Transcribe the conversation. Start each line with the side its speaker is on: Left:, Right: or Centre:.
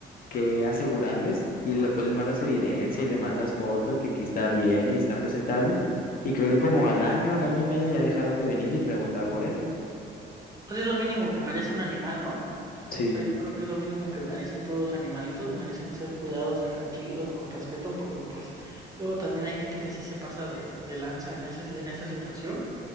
Left: que asegurarles y después les mandas evidencia y le mandas foto de que aquí está bien y está presentable. Y creo que como al año, al año y medio ya dejaron de venir y preguntar por él.
Right: Pues es lo mínimo que merece un animal, ¿no?
Left: Sí,
Right: O sea, yo creo que es lo mínimo que merecen todos los animalitos, merecen ser cuidados acá chido y con respeto, porque pues luego también hay gente que sí se pasa de, de lanza en ese, en esa situación.